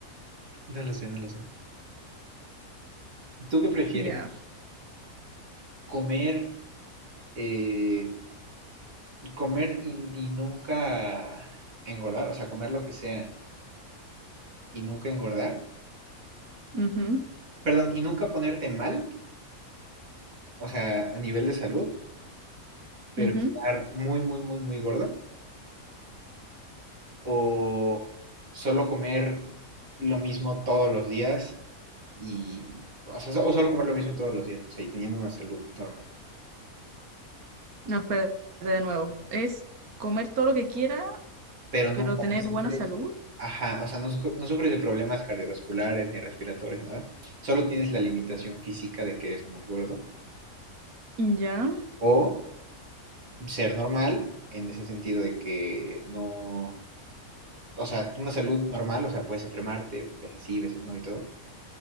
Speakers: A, on the right; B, on the right.
A: No lo sé, no lo sé. ¿Tú qué prefieres?
B: ya.
A: ¿Comer, eh, comer y, y nunca engordar? O sea, comer lo que sea y nunca engordar.
B: Ujú,
A: Perdón, ¿y nunca ponerte mal? o sea, a nivel de salud, pero
B: ujú.
A: estar muy, muy, muy, muy gordo, o solo comer lo mismo todos los días y, o, sea, o solo comer lo mismo todos los días, o sea, y teniendo una salud normal,
B: No, espérate de nuevo. Es comer todo lo que quiera,
A: pero nunca
B: pero tener
A: sufres,
B: buena salud.
A: ajá, o sea, no, su- no sufres de problemas cardiovasculares ni respiratorios, nada, solo tienes la limitación física de que eres muy gordo,
B: Ya.
A: o ser normal en ese sentido de que no, o sea, una salud normal, o sea, puedes enfermarte, veces sí, veces no y todo,